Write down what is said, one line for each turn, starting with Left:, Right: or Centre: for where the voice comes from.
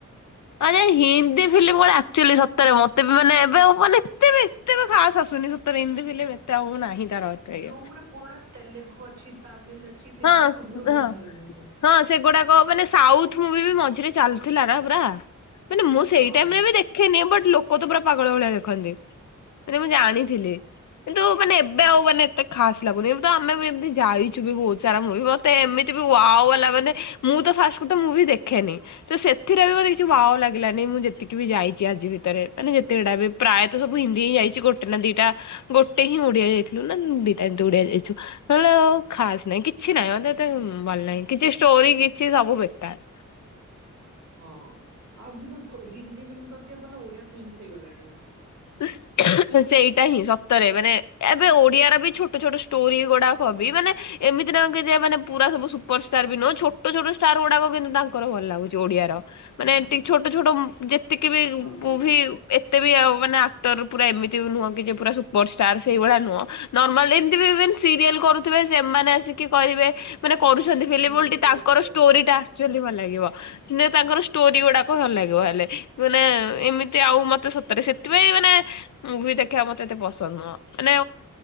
Left: ଆରେ ହିନ୍ଦୀ ଫିଲ୍ମ ଗୋଟେ ଆକ୍ଚୁଆଲି ସତରେ ମତେ ବି ମାନେ ଏବେ ହବନି ଏତେ ବି ଏତେ ବି ଖାସ୍ ଆସୁନି ସତରେ ହିନ୍ଦୀଫିଲ୍ମ ଏତେ ଆଉ ନାହିଁ ତାର ଏତେ
Right: ଯୋଉଗୁରା
Left: ଏଇ
Right: ପୁରୁଣା ତେଲୁଗୁ ଅଛି ତାମିଲ ଅଛି ସେଗୁଡା
Left: ହଁ
Right: ପୂର୍ବରୁ
Left: ହଁ
Right: ବହୁତ ଭଲ ଭଲ ଆସେ
Left: ହଁ ସେଗୁଡାକ ମାନେ ସାଉଥ ମୁଭି ବି ମଝିରେ ଚାଲୁଥିଲା ନା ପୁରା ମାନେ ମୁଁ ସେଇ
Right: ହଁ।
Left: ଟାଇମରେ ବି ଦେଖେନି ବଟ ଲୋକ ତ ପୁରା ପାଗଳ ଭଳିଆ ଦେଖନ୍ତି। ଏଟା ମୁଁ ଜାଣିଥିଲି। କିନ୍ତୁ ମାନେ ଏବେ ଆଉ ମାନେ ଏତେ ଖାସ୍‌ ଲାଗୁନି ଏତ ଆମେ ବି ଏମିତି ଯାଇଛୁ ବି ବହୁତ୍‌ ସାରା ମୁଭି ମତେ ଏମିତି ବି ୱାଓ଼ ବାଲା ମାନେ ମୁଁ ତ ଫାଷ୍ଟ କଥା ମୁଭି ଦେଖେନି ସେ ସେତ ଏଥିରେ ବି କିଛି ୱାଓ ଲା ମୁଁ ଯେତିକି ବି ଯାଇଛି ଆଜି ଭିତରେ ମାନେ ଯେତକଗୁଡା ବି ପ୍ରାୟଃ ସବୁ ହିନ୍ଦୀ ହିଁ ଯାଇଛି ଗୋଟେ ନା ଦିଟା ଗୋଟେ ହିଁ ଓଡିଆ ଯାଇଥିଲୁ ନା ଦିଟା ଏମିତି ଓଡିଆ ଯାଇଛୁ ନହେଲେ ଆଉ ଖାସ୍ ନହିଁ କି କିଛି ନହିଁ ମତେ ତ ଭଲ ନାହିଁ କିଛି ଷ୍ଟୋରି କିଛି ସବୁ ବେକାର୍।
Right: ହଁ ଆଉ ଆଜିକାଲି ତ ହିନ୍ଦୀ ଫିଲ୍ମ ଟା ଅଧିକ ଭଲ ଓଡିଆ ଫିଲ୍ମସ୍‌ ହେଇଗଲାଣି।
Left: <unintelligible> ସେଇଟା ହିଁ ସତରେ ମାନେ ଏବେ ଓଡିଆର ବି ଛୋଟ ଛୋଟ ଷ୍ଟୋରି ଗୁଡାକ ହବି ମାନେ ଏମିତି ନା କି ମାନେ ପୁରା ସବୁ ସୁପରଷ୍ଟାର୍ ବି ନୁହ ଛୋଟଛୋଟ ଷ୍ଟାର୍ ଗୁଡାକ କିନ୍ତୁ ତାଙ୍କର ଭଲ ଲାଗୁଛି ଓଡିଆର। ମାନେ ଏମତି ଛୋଟଛୋଟ ହୁମ୍ ଯେତିକି ବି
Right: ହଁ ହଁ।
Left: ମୁଭି ଏତେ ବି ଆ ମାନେ ଆକ୍ଟର ପୁରା ଏମିତି ବି ନୁହଁ କି ଯେ ପୁରା ସୁପରଷ୍ଟାର୍ ସେଇଭଳିଆ ନୁହଁ ନର୍ମାଲ୍ ଏମିତି ସିରିଏଲ୍ କରୁଥିବେ ସେମାନେ ଆସି କରିବେ ମାନେ କରୁଛନ୍ତି ଫିଲମ
Right: ମନ୍ତ୍ରମୁଗ୍ଧ
Left: ଓଲ୍ଟି ତାଙ୍କର
Right: ଯେମିତି
Left: ଷ୍ଟୋରୀ
Right: ଥିଲା
Left: ଟା ଆକ୍ଚୁଆଳୀ ଭଲ ଲାଗିବ। ତାଙ୍କର ଷ୍ଟୋରି ଗୁଡାକ ଭଲ ଲାଗିବ ହେଲେ ମାନେ ଏମିତି ଆଉ ମତେ ସତରେ ସେ ସେଥିପାଇଁ ମାନେ ମୁଭି ଦେଖିବା ମତେ ଏତେ ପସନ୍ଦ ନୁହଁ ମାନେ